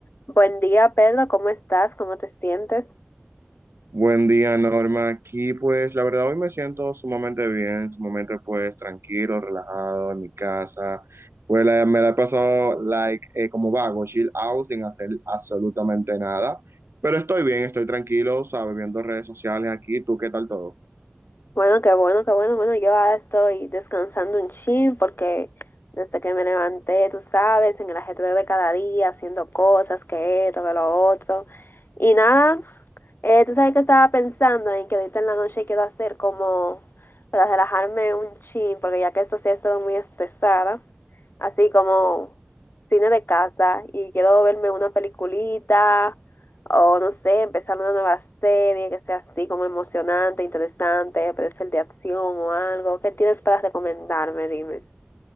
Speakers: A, on the left; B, on the right.
A: Buen día, Pedro. ¿Cómo estás? ¿Cómo te sientes?
B: Buen día, Norma. Aquí, pues, la verdad, hoy me siento sumamente bien, sumamente, pues, tranquilo, relajado en mi casa. Pues, la- me la he pasado, like, eh, como vago, chill out, sin hacer absolutamente nada. Pero estoy bien, estoy tranquilo, ¿sabes? Viendo redes sociales aquí. ¿Tú qué tal todo?
A: Bueno, qué bueno, qué bueno. Bueno, yo ahora estoy descansando un chin porque desde que me levanté, tú sabes, en el ajetreo de cada día, haciendo cosas, que esto, que lo otro. Y nada, eh, tú sabes que estaba pensando en que ahorita en la noche quiero hacer como para relajarme un chin porque ya que esto sí ha estado muy estresada. así como cine de casa y quiero verme una peliculita o no sé, empezar una nueva serie que sea así como emocionante, interesante, puede ser de acción o algo. ¿Qué tienes para recomendarme? Dime.